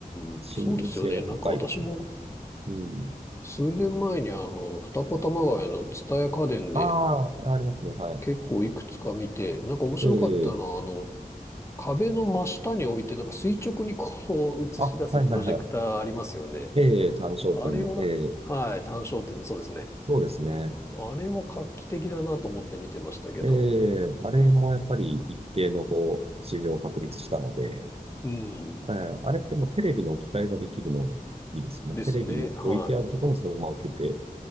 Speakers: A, on the left (about 20°); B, on the right (about 40°).
A: ん。
B: 視認性は高いですね。
A: そうですよね。なんか私も
B: うん。
A: 数年前にあの、二子玉川の蔦屋家電で、
B: ああ、ありますね。はい。
A: 結構いくつか見て、なんか面白かったのは、
B: ええ
A: あの、壁の真下に置いて、なんか垂直にこう <laughs> 映し出すプロジェクターありますよね。
B: あ、はいはいはい。ええ単焦点の。
A: あれは、
B: ええ
A: はい、単焦点、そうですね。
B: そうですね。
A: あれは画期的だなと思って見てましたけど。
B: ええ、あれもやっぱり一定のこう、市場を確立したので、
A: うん。
B: ええ、あれってもうテレビの置き換えができるのがいいですよね。
A: ですね。
B: テレビ置いてあるところにそのまま置けて、
A: は